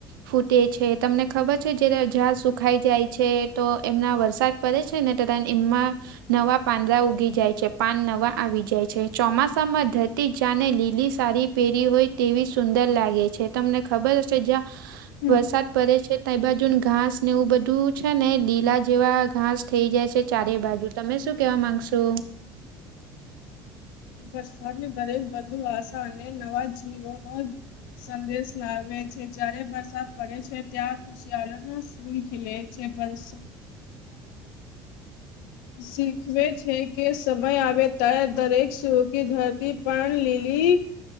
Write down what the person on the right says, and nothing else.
ફૂટે છે તમને ખબર છે જ્યારે સુખાઈ જાય છે તો એમના વરસાદ પડે છે ને તા એમમાં નવા પાંદડા ઉગી જાય છે પાન નવા આવી જાય છે ચોમાસામાં ધરતી જાને લીલી સારી પહેરી હોય તેવી સુંદર લાગે છે તમને ખબર હશે જ્યા
વરસાદ પડે છે ત બાજુ ઘાસ ને એવું બધું છે ને લીલા જેવા ઘાસ થઈ જાય છે ચારે બાજુ તમે શું કેવા માંગશો <inaudible>